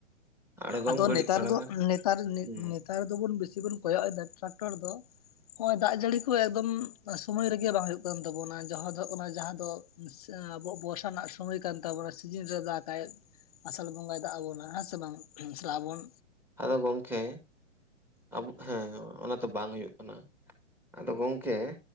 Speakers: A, in the centre; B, on the left (about 30°).
A: ᱟᱬᱜᱚᱢ
B: ᱟᱫᱚ
A: ᱜᱷᱟᱹᱲᱤᱡ
B: ᱱᱮᱛᱟᱨ
A: ᱛᱷᱚᱲᱟ
B: ᱫᱚ
A: ᱜᱟᱱ
B: ᱱᱮᱛᱟᱨ
A: ᱦᱩᱸ
B: ᱱᱮᱛᱟᱨ ᱫᱚᱵᱚᱱ ᱵᱮᱥᱤ ᱵᱚᱱ ᱠᱚᱭᱚᱜ ᱮᱫᱟ ᱴᱨᱟᱠᱴᱚᱨ ᱫᱚ ᱱᱚᱜᱚᱭ ᱫᱟᱜ ᱡᱟᱹᱲᱤ ᱠᱚ ᱮᱠᱫᱚᱢ ᱥᱳᱢᱳᱭ ᱨᱮᱜᱮ ᱵᱟᱝ ᱦᱩᱭᱩᱜ ᱠᱟᱱ ᱛᱟᱵᱚᱱᱟ ᱡᱚᱦᱟ ᱫᱚ ᱦᱩᱭᱩᱜ ᱠᱟᱱᱟ ᱡᱟᱦᱟᱸ ᱫᱚ ᱟᱵᱚ ᱵᱚᱨᱥᱟ ᱨᱮᱱᱟᱜ ᱥᱚᱢᱚᱭ ᱠᱟᱱ ᱛᱟᱵᱚᱱᱟ ᱥᱤᱡᱤᱱ ᱨᱮ ᱫᱟᱜ-ᱟᱭ ᱟᱥᱟᱲ ᱵᱚᱸᱜᱟᱭ ᱫᱟᱜ ᱟᱵᱚᱱᱟ ᱦᱮᱸ ᱥᱮ ᱵᱟᱝ ᱥᱮᱨᱟᱵᱚᱱ
A: ᱟᱫᱚ ᱜᱚᱢᱠᱮ ᱟᱵᱚ ᱦᱮᱸ ᱚᱱᱟ ᱛᱚ ᱵᱟᱝ ᱦᱩᱭᱩᱜ ᱠᱟᱱᱟ ᱟᱫᱚ ᱜᱚᱢᱠᱮ